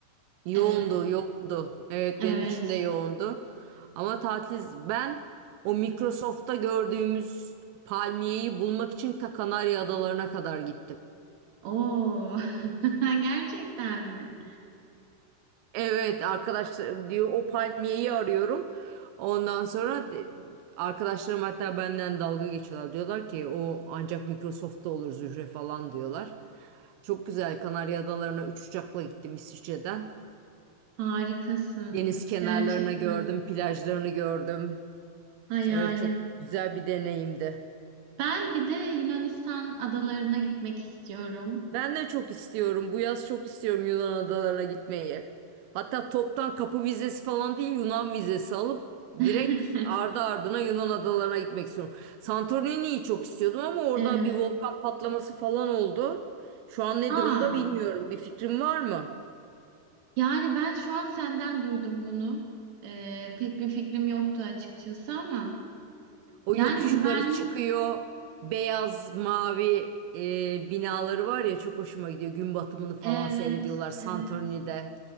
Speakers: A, on the right (about 85°); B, on the right (about 60°).
A: Yoğundu,
B: e,
A: yoğundu. Evet
B: evet.
A: benim için de yoğundu. Ama tatil ben o Microsoft'ta gördüğümüz palmiyeyi bulmak için ta Kanarya Adalarına kadar gittim.
B: Oo. <laughs> Gerçekten mi?
A: Evet arkadaşlar diyor o palmiyeyi arıyorum. Ondan sonra de- arkadaşlarım hatta benden dalga geçiyorlar. Diyorlar ki o ancak Microsoft'ta olur Zühre falan diyorlar. Çok güzel Kanarya Adaları'na üç uçakla gittim İsviçre'den.
B: Harikasın.
A: Deniz kenarlarına
B: Gerçekten.
A: gördüm, plajlarını gördüm.
B: Hayalim.
A: Evet çok güzel bir deneyimdi.
B: Ben bir de Yunanistan adalarına gitmek istiyorum.
A: Ben de çok istiyorum. Bu yaz çok istiyorum Yunan adalarına gitmeyi. Hatta toptan kapı vizesi falan değil Yunan vizesi alıp
B: <laughs>
A: direkt ardı ardına Yunan adalarına gitmek istiyorum. Santorini'yi çok istiyordum ama orada
B: Evet.
A: bir volkan patlaması falan oldu. Şu an ne
B: Aa.
A: durumda bilmiyorum. Bir fikrin var mı?
B: Yani ben şu an senden duydum bunu. Ee, pek bir fikrim yoktu açıkçası ama.
A: O
B: Yani
A: yokuş
B: güvenli.
A: yukarı çıkıyor. Beyaz mavi e, binaları var ya çok hoşuma gidiyor. Gün batımını falan
B: Evet,
A: seyrediyorlar Santorini'de.
B: evet.